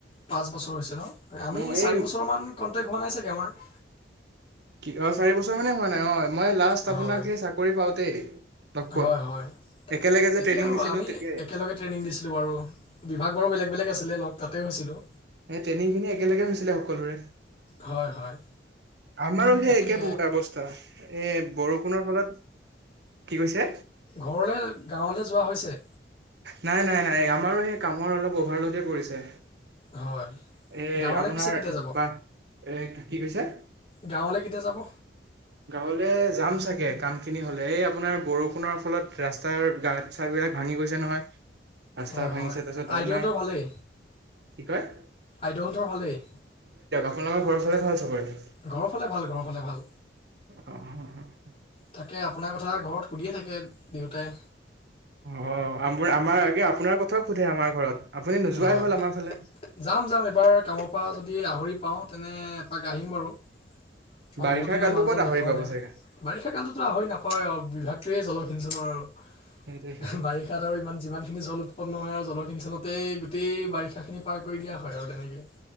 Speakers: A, on the left; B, on the right.
A: পাঁচ বছৰ হৈছে ন আমি
B: অ
A: চাৰি
B: এই
A: বছৰ মান কনটেক হোৱা নাই চাগে আমাৰ।
B: কি কাৰ চাৰি বছৰ মানে হোৱা নাই অ', মই লাষ্ট
A: হয়
B: আপোনাক সেই চাকৰি পাওঁতেই লগ পোৱা।
A: হয় হয়
B: একেলগে যে
A: তেতিয়া
B: ট্ৰেইনিং
A: আৰু
B: দিছিলো
A: আমি
B: তেতিয়াই
A: একেলগে ট্ৰেইনিং দিছিলো বাৰু বিভাগ বাৰো বেলেগ। বেলেগ আছিলে লগ তাতে হৈছিলো।
B: এই ট্ৰেইনিং খিনি একেলগে হৈছিলে সকলোৰে।
A: হয়', হয়',
B: আমাৰো
A: তাকে
B: সেই একে অৱস্থা এ বৰষুণৰ ফলত কি কৈছে
A: ঘৰলে গাঁৱলে যোৱা হৈছে?
B: নাই', নাই', নাই', আমাৰো সেই কামৰ অলপ অভাৰলোডে পৰিছে।
A: হয়',
B: এৰ
A: গাঁৱলৈ
B: আপোনাৰ
A: পিছে কেতিয়া যাব
B: বা এ কি কৈছে?
A: গাঁৱলৈ কেতিয়া যাব
B: গাঁৱলে যাম চাগে কামখিনি হলে, এই আপোনাৰ বৰষুণৰ ফলত ৰাস্তাৰ গাত চাট বিলাক ভাঙি গৈছে। নহয় ৰাস্তা
A: হয় হয়
B: ভাঙিছে তাৰপিছত
A: আইদেউহঁতৰ
B: আপোনাৰ
A: ভালেই
B: কি কয়
A: আইদেউহঁতৰ ভালেই?
B: আপোনোকৰ ঘৰ ফালে ভাল চবৰে?
A: ঘৰৰ ফালে ভাল ঘৰৰ ফালে ভাল
B: অ',
A: তাকে আপোনাৰ কথা ঘৰত সুধিয়ে থাকে দেউতাই।
B: অ', আমাৰ আগে আপোনাৰ কথাও সোধে আমাৰ ঘৰত। আপুনি নোযোৱাই
A: হয়',
B: হ'ল আমাৰ ফালে
A: যাম যাম এবাৰ কামৰ পৰা যদি আহৰি পাওঁ তেনে এপাক আহিম বাৰু। কাৰন
B: বাৰিষা
A: বহুত দিনৰ
B: কালটো
A: মানুহজন
B: ক'ত আহৰি
A: দেখাও
B: পাব
A: নাই,
B: চাগে
A: বাৰিষা কালতো আহৰি নাপাৱৱ আৰু বিভাগ সেতোৱে জলসিঞ্চনৰ আৰু
B: সেইটোৱে সেইটো
A: বাৰিষাত আৰু ইমান যিমান খিনি জল উৎপন্ন হয় আৰু জলসিঞ্চনত তাতে গোটেই বাৰিষা খিনি পাৰ কৰি দিয়া হয় আৰু তেনেকে।